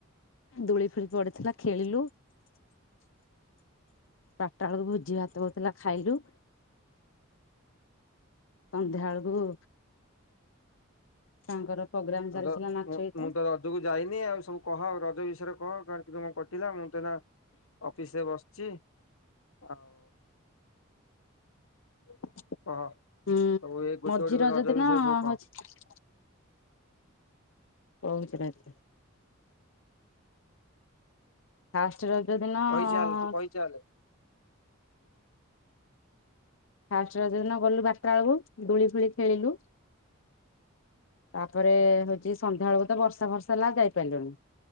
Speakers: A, on the left (about 65°); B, on the left (about 85°).
A: ଦୂଳି ଫୁଳି ପଡିଥିଲା ଖେଳିଲୁ ବାରଟା ବେଳକୁ ଭୋଜି ଭାତ ହଉଥିଲା ଖାଇଲୁ। ସନ୍ଧ୍ୟାଳୁକୁ ତାଙ୍କର
B: ମୁଁ ତ
A: ନାଚ
B: ମୁଁ
A: ଗୀତ
B: ମୁଁ ତ ରଜକୁ ଯାଇନି ଆଉ ସବୁ କହ ରଜ ବିଷୟରେ କହ କାର କେମିତି କଟିଲା ମୁଁ ଅଫିସରେ ବସିଛି ଆଉ
A: <inaudible>
B: କହ।
A: ହୁଁ
B: ସବୁ ଏଇ ଗୋଟେ
A: ମଝି
B: ଗୋଟେ କରି
A: ରଜ ଦିନ
B: ବିଷୟରେ ସବୁ କହ
A: ହଉଛି।
B: <inaudible>
A: କହୁଛି ରହିଥା ଫାଷ୍ଟ ରଜ ଦିନ
B: କହିଚାଲ
A: ହଁ
B: ତୁ କହିଚାଲେ
A: ଫାଷ୍ଟ ଦିନ ଗଲୁ ବାରଟା ବେଳକୁ ଦୁଳି ଫୁଳି ଖେଳିଲୁ। ତାପରେ ହଉଛି ସନ୍ଧ୍ୟା ବେଳକୁ ତ ବର୍ଷା ବର୍ଷା ହେଲା ଯାଇପାରିଲୁଣିି।